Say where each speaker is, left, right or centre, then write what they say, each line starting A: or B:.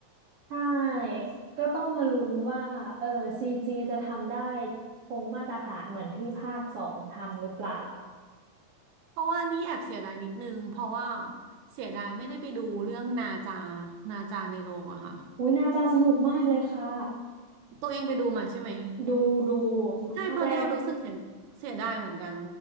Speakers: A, on the right (about 60°); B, on the right (about 80°).
A: ใช่ ก็ต้องมาลุ้นว่าเออซีจีจะทำได้คงมาตรฐานเหมือนที่ภาคสองทำหรือเปล่า
B: เพราะว่านี่แอบเสียดายนิดนึง เพราะว่าเสียดายไม่ได้ไปดูเรื่องนาจานาจาในโรงอะค่ะ
A: อุ้ยน่าจะสนุกมากเลยค่ะ
B: ตัวเองไปดูมาใช่ไหม
A: ดูดูดูภาคแรก
B: ใช่เพราะเนี่ยรู้สึกเสียเสียดายเหมือนกัน